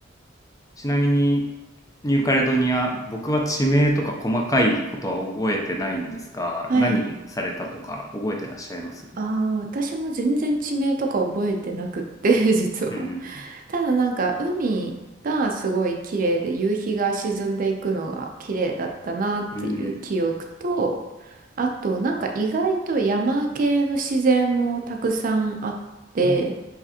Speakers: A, on the left (about 15°); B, on the right (about 45°).
A: ちなみにニューカレドニア僕は地名とか細かいことは覚えてないんですが何されたとか覚えてらっしゃいます
B: <laughs> はい。ああ、私も全然地名とか覚えてなくって、<laughs> 実は。
A: うん
B: <laughs> ただなんか、海がすごい綺麗で、夕日が沈んでいくのが綺麗だったなっていう記憶と、
A: うんうん
B: あとなんか意外と山系の自然もたくさんあって、
A: あ